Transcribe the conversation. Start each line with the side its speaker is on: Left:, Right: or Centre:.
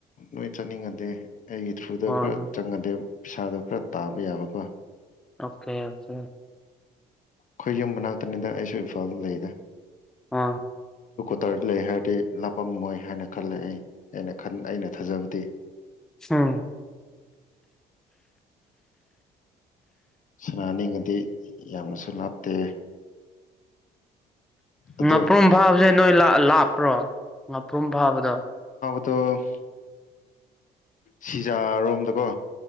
Left: ꯅꯣꯏ ꯆꯠꯅꯤꯡꯉꯗꯦ ꯑꯩꯒꯤ ꯊ꯭ꯔꯨꯗ
Centre: ꯍꯣꯏ
Left: ꯈꯔ
Centre: ꯍꯣꯏ
Left: ꯆꯪꯉꯗꯦ ꯄꯩꯁꯥꯗꯣ ꯈꯔ ꯇꯥꯕ ꯌꯥꯕꯀꯣ
Centre: ꯑꯣꯀꯦ ꯑꯣꯀꯦ
Left: ꯑꯩꯈꯣꯏ ꯌꯨꯝ ꯃꯅꯥꯛꯇꯅꯤꯗ ꯑꯩꯁꯨ ꯏꯝꯐꯥꯜꯗ ꯂꯩꯗ
Centre: ꯑ
Left: ꯗꯇꯔ ꯂꯩ ꯍꯥꯏꯔꯗꯤ ꯂꯥꯞꯄꯝꯃꯣꯏ ꯍꯥꯏꯅ ꯈꯜꯂꯦ ꯑꯩ ꯑꯩꯅ ꯈ ꯑꯩꯅ ꯊꯥꯖꯕꯗꯤ
Centre: ꯎꯝ
Left: ꯁꯅꯥ ꯑꯅꯤ ꯑꯗꯤ ꯌꯥꯝꯅꯁꯨ ꯂꯥꯞꯇꯦ ꯑꯗꯨ
Centre: ꯉꯥꯄ꯭ꯔꯨꯝ ꯐꯥꯕꯁꯦ ꯅꯣꯏ ꯂꯥꯞꯄ꯭ꯔꯣ ꯉꯥꯄ꯭ꯔꯨꯝ ꯐꯥꯕꯗꯣ
Left: ꯑꯗꯣ ꯁꯤꯖꯥꯔꯣꯝꯗꯀꯣ